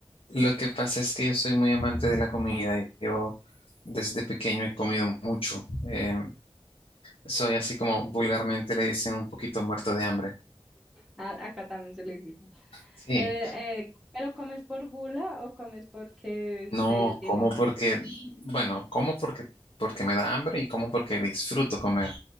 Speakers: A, on the left (about 70°); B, in the centre.
A: lo que pasa es que yo soy muy amante de la comida. Yo desde pequeño he comido mucho. Eh, soy así como vulgarmente le dicen un poquito muerto de hambre.
B: A- acá también se le dice.
A: Sí,
B: Eh, eh, ¿pero comes por gula o comes porque en
A: no
B: serio tienes
A: como porque,
B: hambre?
A: bueno, como porque, porque me da hambre y como porque disfruto comer.